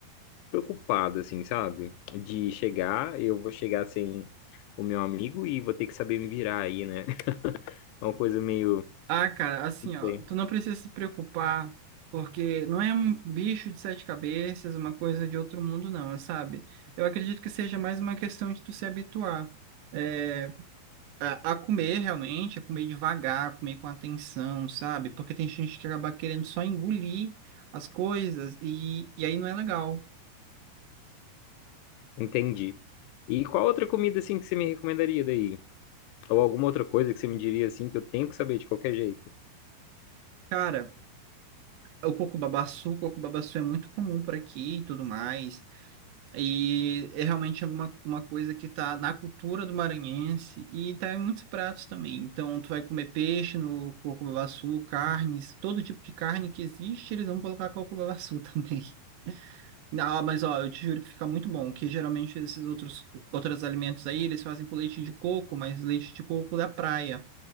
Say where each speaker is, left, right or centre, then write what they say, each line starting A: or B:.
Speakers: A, on the left; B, on the right.
A: preocupado, assim, sabe? De chegar, eu vou chegar sem o meu amigo e vou ter que saber me virar aí, né? <laughs> É uma coisa meio...
B: Ah, cara, assim,
A: Não
B: ó,
A: sei.
B: tu não precisa se preocupar, porque não é um bicho de sete cabeças, uma coisa de outro mundo, não, sabe? Eu acredito que seja mais uma questão de tu se habituar, é, a, a comer realmente, a comer devagar, a comer com atenção, sabe? Porque tem gente que acaba querendo só engolir as coisas e, e aí não é legal.
A: Entendi. E qual outra comida assim que você me recomendaria daí? Ou alguma outra coisa que você me diria assim que eu tenho que saber de qualquer jeito?
B: Cara, o coco babaçu, o coco babaçu é muito comum por aqui e tudo mais. E é realmente uma, uma coisa que está na cultura do maranhense e está em muitos pratos também. Então, tu vai comer peixe no coco-babassu, carnes, todo tipo de carne que existe, eles vão colocar coco-babassu <laughs> também. Não, mas ó, eu te juro que fica muito bom, que geralmente esses outros, outros alimentos aí, eles fazem com leite de coco, mas leite de coco da praia.